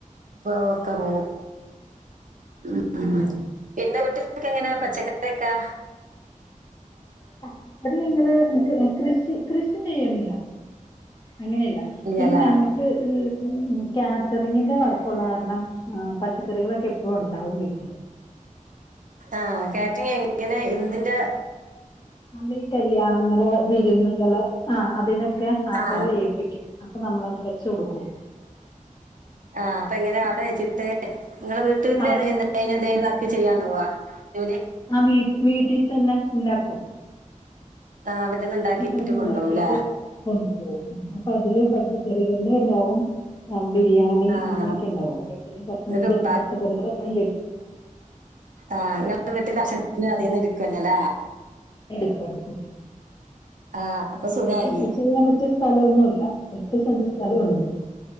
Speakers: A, on the right (about 75°); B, on the left (about 30°).
A: ഇപ്പ ഒക്കെ പോവും ഉം ഉം
B: അതെ
A: പിന്നെ വീട്ടിൽകൊക്കെ എങ്ങനേ പച്ചക്കറിയൊക്കേ
B: <unintelligible> അന്ക്ക് ഏഹ് കൃഷ് റ്റ് കൃഷിയെയ്യ്ണില്ല അങ്ങനേയല്ലാ
A: ഇല്ലല്ല
B: പിന്നെ ഞങ്ങക്ക് ഈ <unintelligible> കാറ്ററിംഗിന്റെ വർക്കുള്ള കാരണം ആഹ് പച്ചക്കറികളൊക്കെ എപ്പൊഴും ഉണ്ടാവും വീട്ടില്
A: ആഹ് കാറ്ററിംഗ് എങ്ങനെ എന്തിന്റെ
B: നമ്മളെ ഈ കല്യാണങ്ങള് വിരുന്നുകള് ആഹ് അതിനൊ ക്കെ ആൾക്കാരെ
A: ആ
B: ഏൽപ്പിക്ക്യും അപ്പ നമ്മളത് വെച്ചൊടുക്കും
A: ആഹ് അപ്പ എങ്ങനെയാ അവിടെ വെച്ചിട്ട് ഇങ്ങളെ വീട്ട്ന്ന്‌ <unintelligible>
B: അവർ
A: എന്തേലും <unintelligible> ക്ക് ചെയ്യാണ്ടാവോ ജോലി
B: ആഹ് വീ വീട്ടിതന്നെ ഇണ്ടാക്കും
A: ആ വീട്ടിൽ നിന്ന് ഉണ്ടാക്കിയിട്ട്
B: വീട്ടി തന്നെ ഉണ്ടാക്കിട്ട്
A: കൊണ്ടുപോകൂല
B: കൊണ്ടുപോവും ഉം അപ്പൊ അതില് പച്ചക്കറികള്ന്റെ ഇണ്ടാവും ആഹ് ബിരിയാണി
A: ആ
B: അങ്ങനെയൊക്കേണ്ടാവും അപ്പ <unintelligible>
A: നിങ്ങൾക്ക്
B: ഇത് പച്ചക്കറികളൊക്കെ <unintelligible>
A: ആഹ് ഇങ്ങളെ വീട്ടിലെ ആവശ്യത്തിന് അതീന്ന് ഇട്ക്കല്ലോല്ലെ
B: ഇട്ക്കും എടുക്കും
A: ആ അപ്പൊ സുഖമായി
B: ഞങ്ങക്ക് കൃഷി ചെയ്യാൻ പറ്റിയ സ്ഥലൊന്നുല്ലാ എട്ട് സെന്റ് സ്ഥലോള്ളൂ